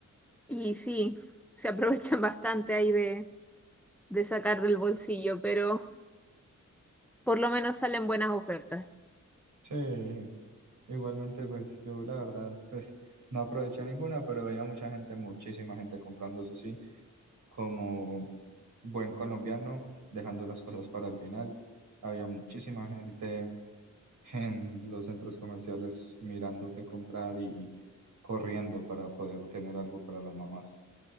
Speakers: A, in the centre; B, on the right.
A: Y sí, se aprovechan <laughs> bastante ahí de, de sacar del bolsillo, pero por lo menos salen buenas ofertas.
B: Sí, igualmente pues yo la verdad pues no aproveché ninguna, pero veía mucha gente, muchísima gente comprando eso sí, como buen colombiano, dejando las cosas para el final. Había muchísima gente en los centros comerciales mirando qué comprar y corriendo para poder tener algo para las mamás.